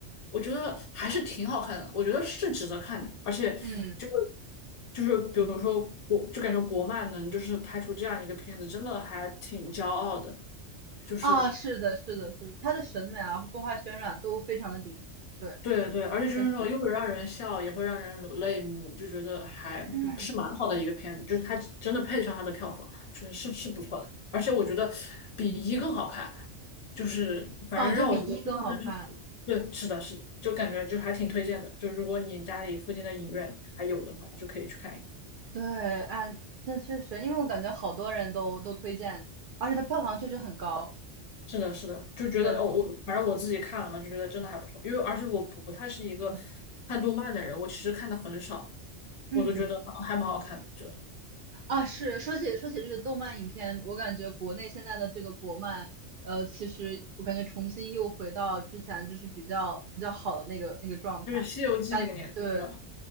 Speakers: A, on the left; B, on the right.
A: 我觉得还是挺好看的，我觉得是值得看的，而且就是
B: 嗯，
A: 就是比如说国，就感觉国漫能就是拍出这样一个片子，真的还挺骄傲的，就是。
B: 啊，是的，是的，是的他的审美啊，动画渲染都非常的顶级。对，
A: 对对，而且就是那种又会让人笑，
B: 确实，
A: 也会让人流泪目，就觉得还是蛮好的一个片子，
B: 嗯，
A: 就是它真的配得上它的票房，就是是是不错的，而且我觉得比一更好看，就是反正让我觉得印象最深刻对，
B: 啊，这比一更好看。
A: 是的，是的，就感觉就还挺推荐的，就如果你家里附近的影院还有的话，就可以去看一看。
B: 对，啊，那确实，因为我感觉好多人都都推荐，而且它票房确实很高。
A: 是的，是的，就觉得哦，
B: 对，
A: 我反正我自己看了嘛，就觉得真的还不错，因为而且我不太是一个
B: 嗯
A: 看动漫的人，我其实看的很少，
B: 嗯
A: 我都觉得还还蛮好看的，就。
B: 啊，是说起说起这个动漫影片，我感觉国内现在的这个国漫，呃，其实我感觉重新又回到之前就是比较比较好的那个那个状态。
A: 就是《西游记》那个年代是吧？
B: 感对，